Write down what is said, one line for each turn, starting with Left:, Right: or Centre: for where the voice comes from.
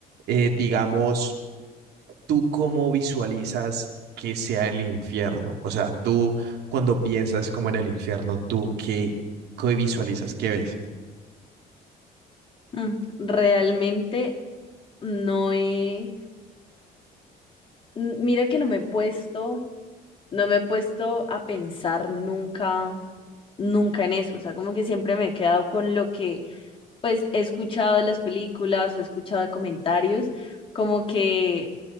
Right: eh, digamos, ¿tú cómo visualizas que sea el infierno? O sea, tú cuando piensas como en el infierno, ¿tú qué, qué visualizas? ¿Qué ves?
Left: Mm, Realmente no he, n- mira que no me he puesto no me he puesto a pensar nunca, nunca en eso. O sea, como que siempre me he quedado con lo que, pues, he escuchado de las películas o he escuchado de comentarios, como que,